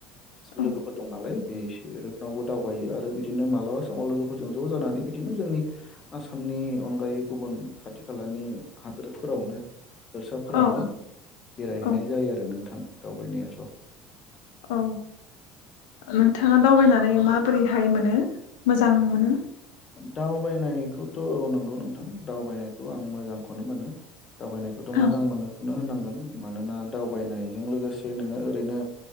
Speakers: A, on the left; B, on the left.
A: औ
B: लोगोफोर दं नालाय। बेसोर रावबो दावबायो आरो बिदिनो मालाबा समाव लोगोफोरजों ज' जानानै बिदिनो जोंनि आसामनि नि अनगायै गुबुन खाथि खालानि हादोरफोरावनो हादोरसाफोरावनो
A: औ
B: बेरायहैनाय
A: औ
B: जायो आरो नोंथां। दावबायनायाथ'
A: औ नोंथाङा दावबायनानै माबोरैहाय मोनो? मोजां मोनो।
B: दावबायनायखौथ' औ नंगौ नोंथां दावबायनायखौ आं मोजांखौनो मोनो। दावबायनायखौथ'
A: औ
B: मोजां मोनोखौनो होननांगोन। मानोना दावबायनायजों लोगोसे नोङो ओरैनो